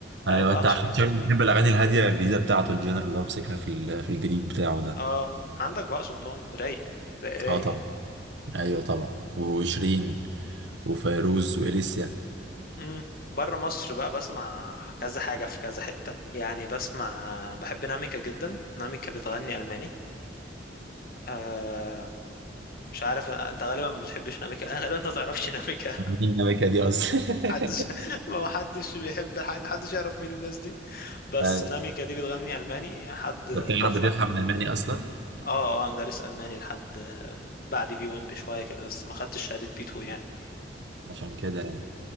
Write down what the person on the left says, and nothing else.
آه، بهاء
سلطان
اه عندك بهاء سلطان رايق رايق رايق
يعني.
امم بره مصر بقى بسمع كذا حاجة في كذا حتة يعني بسمع بحب ناميكا جدا ناميكا بتغني ألماني آه مش عارف انت غالبا ما بتحبش ناميكا <laughs> غالبا انت ما تعرفش ناميكا <laughs>
محدش ما حدش بيحب حد حدش يعرف مين الناس دي بس
ناميكا دي بتغني ألماني حد
تحفة
اه اه انا دارس ألماني لحد آه، بعد بي 1 بشوية كده بس ما خدتش شهادة بي 2 يعني